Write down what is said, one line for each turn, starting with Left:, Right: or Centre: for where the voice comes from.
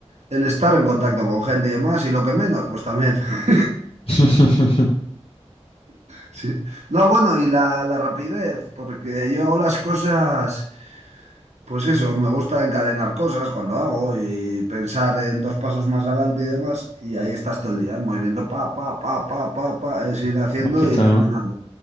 Right: el estar en contacto con gente y demás, y lo que menos, pues también. <laughs>
Left: <laughs>
Right: Sí. No, bueno, y la, la rapidez, porque yo hago las cosas, pues eso, me gusta encadenar cosas cuando hago y pensar en dos pasos más adelante y demás, y ahí estás todo el día, en movimiento, pa, pa, pa, pa, pa, pa, es ir haciendo
Left: Poquito,
Right: y terminando.
Left: ¿no?